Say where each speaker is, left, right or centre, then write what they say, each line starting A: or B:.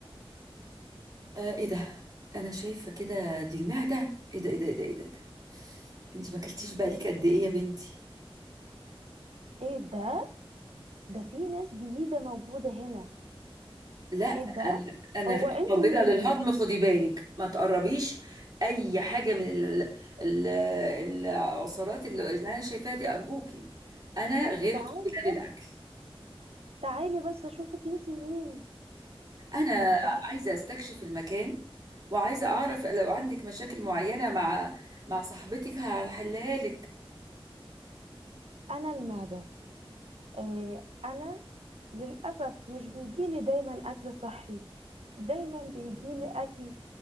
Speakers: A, on the right; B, on the right.
A: آه ايه ده انا شايفه كده دي المعده ايه ده ايه ده ايه ده ايه ده, إيه ده؟ انت ما اكلتيش بقالك قد ايه يا بنتي
B: ايه ده ده في ناس جديدة موجودة هنا
A: لا
B: ايه ده
A: انا انا
B: هو
A: غير
B: انتوا
A: قابله
B: مين
A: للهضم خدي بالك ما تقربيش اي حاجه من ال... ال... العصارات اللي انا شايفاها دي ارجوكي انا غير
B: تعالي
A: قابله للاكل
B: تعالي بس اشوفك انت مين
A: انا
B: ما تخافي
A: عايزه استكشف المكان وعايزه اعرف لو عندك مشاكل معينه مع مع صاحبتك هحلها لك
B: انا المعدة آه انا للأسف مش بيجيلي دايما اكل صحي دايما بيجيلي اكل